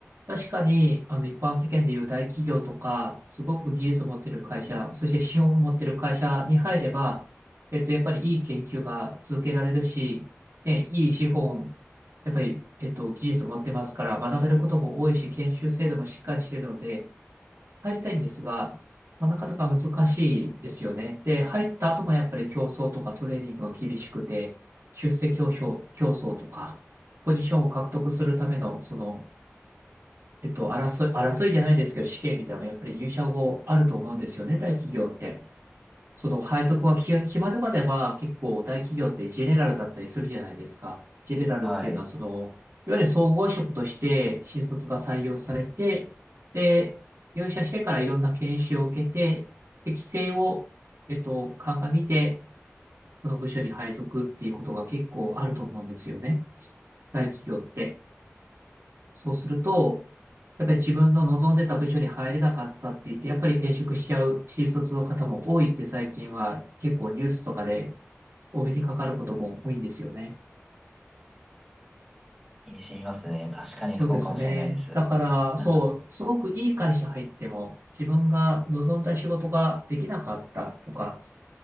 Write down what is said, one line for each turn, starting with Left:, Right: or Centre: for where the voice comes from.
Right: 確かに、あの、一般世間でいう大企業とか、すごく技術を持ってる会社、そして資本を持ってる会社に入れば、えっと、やっぱりいい研究が続けられるし、ね、いい資本、やっぱり、えっと、技術を持ってますから、学べることも多いし、研修制度もしっかりしてるので、入りたいんですが、まあ、なかなか難しいですよね。で、入った後もやっぱり競争とかトレーニングが厳しくて、出世競争、競争とか、ポジションを獲得するための、その、えっと、争い、争いじゃないですけど、試験みたいなのがやっぱり入社後あると思うんですよね、大企業って。その配属がき決まるまでは結構大企業ってジェネラルだったりするじゃないですか。ジェネラルっていうのはその、
Centre: はい。
Right: いわゆる総合職として新卒が採用されて、で、入社してからいろんな研修を受けて、適性を、えっと、鑑みて、その部署に配属っていうことが結構あると思うんですよね。大企業って。そうすると、やっぱり自分の望んでた部署に入れなかったって言って、やっぱり転職しちゃう新卒の方も多いって最近は結構ニュースとかでお目にかかることも多いんですよね。
Centre: 身に染みますね。確かにそうかもしれないです。
Right: そうですね。だから、
Centre: なんか、
Right: そう、すごくいい会社入っても、自分が望んだ仕事ができなかったとか、